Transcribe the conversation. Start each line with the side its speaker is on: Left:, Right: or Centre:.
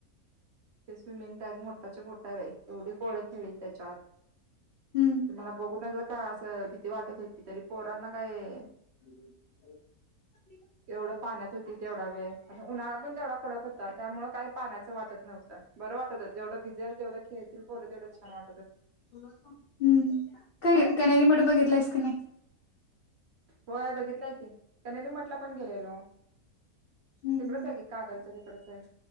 Right: ते स्विमिंग टॅंग मोठाच्या मोठा आहे बाई एवढी पोर खेळली त्याच्यात तुम्हाला
Left: हम्म
Right: बघू ना ज का असं भीती वाटत होती तरी पोरांना काय
Left: हम्
Right: एवढं पाण्यात होती तेवढा वेळ उन्हाळा पण तेवढा कडक होता त्यामुळे काही पाण्याचं वाटत नव्हतं बर वाटत जवढं भिजल तेवढ खेळतील पोर तेवढ छान वाट
Left: हम्म क कनेरी मठ बघितलंयस काय नाही
Right: होय बघितलंय की कनेरीमटला पण गेलेलो
Left: हम्म
Right: तिकडच
Left: हम्म
Right: आहे ग कागलच्या तिकडच आहे